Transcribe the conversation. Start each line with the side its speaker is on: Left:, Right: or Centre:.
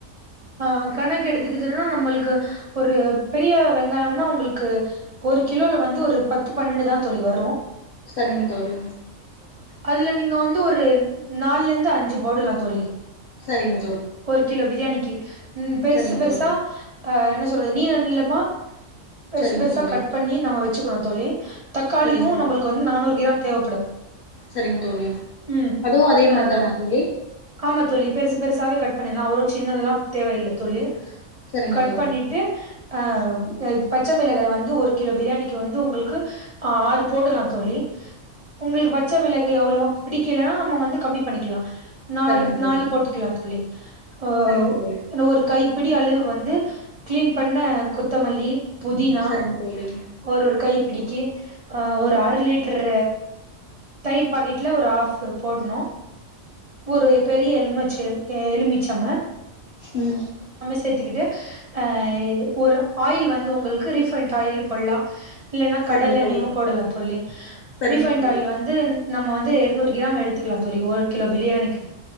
Right: ஆஹ் கணக்கு எடுத் துன்னா நம்மளுக்கு ஒரு பெரிய வெங்காயம்னா உங்களுக்கு ஒரு கிலோல வந்து ஒரு பத்து பன்னெண்டுதான் தோழி வரும்
Left: செரிங்க தோழி
Right: அதுல நீங்க வந்து ஒரு நாலுல இருந்து அஞ்சு போடலாம் தோழி
Left: செரிங்க
Right: ஒரு கிலோ பிரியாணிக்கு <inaudible> உம் பெருசு
Left: சரிங்க
Right: பெருசா
Left: தோழி
Right: ஆஹ் என்ன சொல்லு நீல நீலமா பெருசு
Left: சரிங்க
Right: பெருசா
Left: தோழி
Right: கட் பண்ணி நம்ம வச்சுக்கோணும் தோழி தக்காளியும்
Left: சரிங்க தோழி
Right: நம்மளுக்கு வந்து நானூறு கிராம் தேவைப்படும்
Left: சரிங்க தோழி
Right: உம்
Left: அதுவு அதே
Right: அஹ்
Left: மாரிதானா தோழி
Right: ஆமா தோழி பெருசு பெருசாவே கட் பண்ணிடலாம் அவ்ளோ சின்னதல்லாம் தேவையில்ல தோழி
Left: சரிங்க
Right: கட்
Left: தோழி
Right: பண்ணிட்டு அ ம் பச்சை மிளகா வந்து ஒரு கிலோ பிரியாணிக்கு வந்து உங்களுக்கு ஆறு போடலா தோழி உங்களுக்கு பச்சை மிளகாய் அவ்வளவா பிடிக்கலனா நம்ம வந்து கம்மி பண்ணிக்கலா நாலு
Left: சரிங்க தோழி
Right: நாலு போட்டிக்கலா தோழி ஓ ஓ
Left: சரிங்க தோழி
Right: என்ன ஒரு கைப்பிடி அளவுக்கு வந்து க்ளீன் பண்ண கொத்தமல்லி புதினா
Left: சரிங்க தோழி
Right: ஒரு ஒரு கை பிடி கி அ ஒரு அர லிட்டர் தயிர் பாக்கெட்ல ஒரு ஆஃப் போடணு ஒரு பெரிய எலுமிச்சம் எலுமிச்சமு
Left: உம்
Right: சேத்துக்கிட்டு அ ஒரு ஆயில் வந்து உங்களுக்கு ரீஃபைண்ட் ஆயில் போடலா இல்லனா
Left: சரிங்க
Right: கடல் எண்ணெயு
Left: தோழி
Right: போடலா தோழி
Left: சரிங்க
Right: ரீஃபைண்ட்
Left: தோழி
Right: ஆயில் வந்து நம்ம வந்து இருநூறு கிராம் எடுத்துக்கலா தோழி ஒரு கிலோ பிரியாணிக்கு